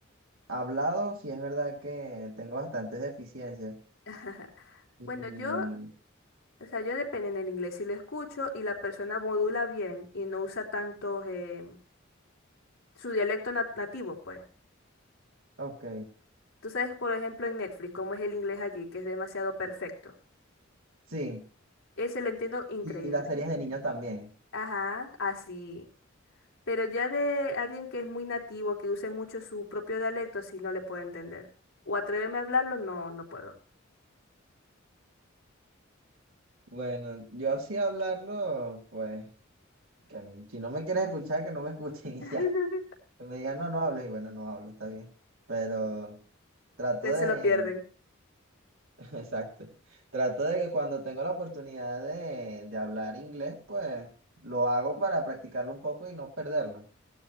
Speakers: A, on the right; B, on the left.
A: Hablado, sí es verdad que tengo bastantes deficiencias.
B: <laughs>
A: Y,
B: Bueno, yo, o sea, yo depende en el inglés. Si lo escucho y la persona modula bien y no usa tanto eh, su dialecto na- nativo, pues.
A: ok,
B: Tú sabes, por ejemplo, en Netflix, cómo es el inglés allí, que es demasiado perfecto.
A: sí.
B: Ese lo entiendo increíble.
A: Y, y las series de niños también.
B: Ajá, así. Pero ya de alguien que es muy nativo, que use mucho su propio dialecto, sí no le puedo entender. O atreverme a hablarlo, no, no puedo.
A: Bueno, yo sí hablarlo, pues, que m- si no me quieren escuchar, que no me <laughs> escuchen y
B: <laughs>
A: ya. Que me digan, no, no hables, y bueno, no hablo, está bien. Pero trato
B: Pues
A: de,
B: se lo pierden.
A: <laughs> Exacto. Trato de que cuando tengo la oportunidad de, de hablar inglés, pues lo hago para practicarlo un poco y no perderlo.